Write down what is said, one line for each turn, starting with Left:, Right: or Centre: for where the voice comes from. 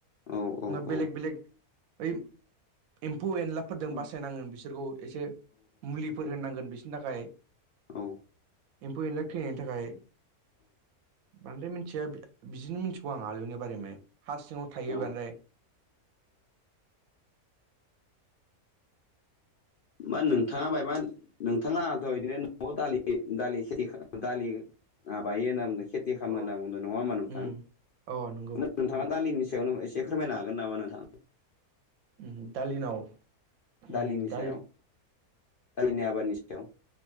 Left: औ औ
Right: बेलेग
Left: औ
Right: बेलेग ओइ एम्फौ एनला फोरदों
Left: औ
Right: बासायनांगोन बिसोरखौ एसे मुलिफोर होननांगोन बिसोरनि थाखाय।
Left: औ।
Right: एम्फौ एनला थैनायनि थाखाय बांद्राय मिनथिया। बिदिनो मिथिगौ आं आलुनि बारैनो हा सिङाव थायो
Left: औ
Right: बांद्राय
Left: मा नोंथाङा बायमान नोंथांआ दहायो बिदिनो न'आव दालि दा खेथि दालि माबायो होनना बुंदों खे खिथि खामो
Right: अ
Left: होनना बुंदों नङा होमबा नोंथां?
Right: उम अ नंगौ
Left: नोंथाङा दालिनि सायावनो एसे फोरमायनो हागोन नामा नोंथां?
Right: उम दालिनाव उम
Left: दालिनि
Right: दालि
Left: सायाव दालिनि आबादनि सायाव।